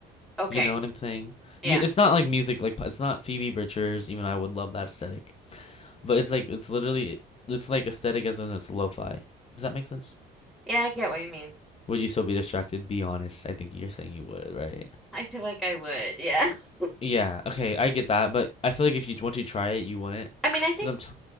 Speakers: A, in the centre; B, on the left.
A: Okay.
B: You know what I'm saying?
A: Yeah.
B: You, it's not like music, like it's not Phoebe Bridgers. Even though I would love that aesthetic, but it's like it's literally it's like aesthetic as in it's lo-fi. Does that make sense?
A: Yeah, I get what you mean.
B: Would you still be distracted? Be honest. I think you're saying you would, right?
A: <laughs> I feel like I would. Yeah. <laughs>
B: Yeah. Okay, I get that, but I feel like if you once you try it, you wouldn't.
A: I mean, I think
B: Cause I'm t-